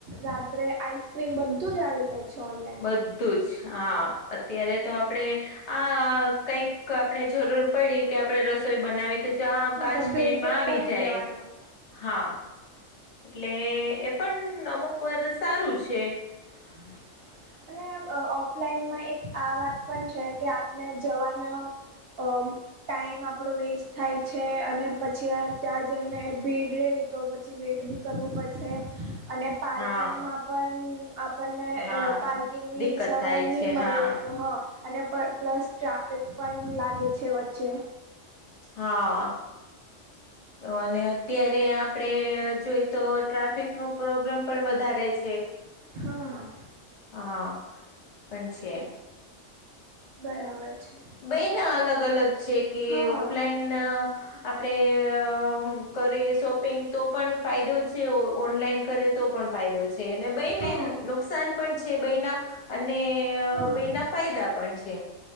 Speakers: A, on the right; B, on the left.
A: રાત્રે આઈસ્ક્રીમ બધું જ આવી જાય છે ઓનલાઈન
B: બધું જ હા અત્યારે તો આપડે આ કઈક આપણે જરૂર પડી કે આપડે રસોઈ બનાવી તો પાંચ
A: તો બ્લેન્કેટ
B: મિનિટમાં આવી
A: કરી
B: જાય
A: દેવાનું
B: હા, એટલે એ પણ અમુક વાર સારું છે.
A: હમમ અને ઓફલાઈનમાં એક આ વાત પણ છે કે આપણે જવાનો અ ટાઈમ આપણો વેસ્ટ થાય છે અને પછી ત્યાં જઈને ભીડ રે તો પછી વેઇટ બી કરવું પડશે અને પાર્કિંગમાં
B: હા.
A: પણ આપને
B: હા
A: પાર્કિંગ ની
B: દિક્કત
A: સવારી
B: થાય
A: નહી
B: છે
A: મળી
B: હા
A: તો હ અને પણ પ્લસ ટ્રાફિક પણ લાગે છે વચ્ચે
B: હા તો અને અત્યારે આપડે જોઈ તો ટ્રાફિક નો પ્રોબ્લેમ પણ વધારે છે.
A: હા
B: હા પણ છે
A: બરાબર. છે
B: બેઈ ના અલગ અલગ છે કે
A: હા
B: ઓફલાઈન આપણેે અ કરીએ શોપિંગ તો પણ ફાયદો છે ઓનલાઈન કરે તો પણ ફાયદો છે. છે બાઈને
A: હા
B: નુકસાન પણ છે બેઈના અને
A: હા
B: બે ના ફાયદા પણ છે.